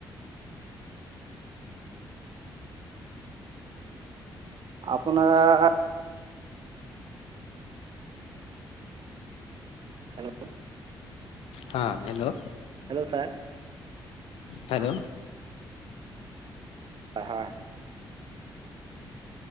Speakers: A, on the right (about 55°); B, on the left (about 80°).
A: আপোনাৰ হেল্লৌ।
B: হা হেল্লৌ।
A: হেল্লৌ' ছাৰ
B: হেল্ল'
A: অঁ হয় হয়।